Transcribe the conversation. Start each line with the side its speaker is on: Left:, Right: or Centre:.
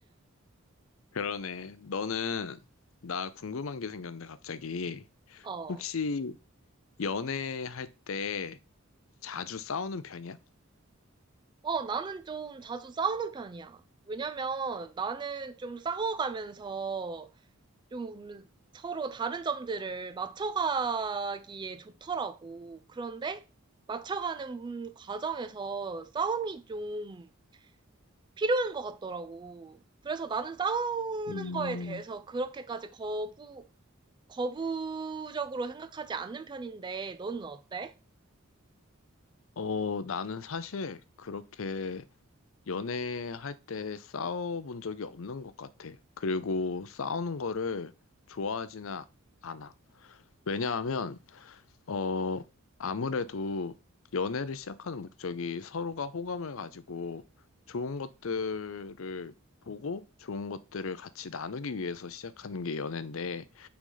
Left: 그러네. 너는 나 궁금한 게 생겼는데 갑자기
Right: 어.
Left: 혹시 연애할 때 자주 싸우는 편이야?
Right: 어, 나는 좀 자주 싸우는 편이야. 왜냐면 나는 좀 싸워가면서 좀 서로 다른 점들을 맞춰가기에 좋더라고. 그런데 맞춰가는 과정에서 싸움이 좀 필요한 것 같더라고. 그래서 나는 싸우는
Left: 음,
Right: 거에 대해서 그렇게까지 거부, 거부적으로 생각하지 않는 편인데 너는 어때?
Left: 어, 나는 사실 그렇게 연애할 때 싸워본 적이 없는 것 같아. 그리고 싸우는 거를 좋아하지는 않아. 왜냐하면, 어, 아무래도 연애를 시작하는 목적이 서로가 호감을 가지고 좋은 것들을 보고 좋은 것들을 같이 나누기 위해서 시작하는 게 연애인데,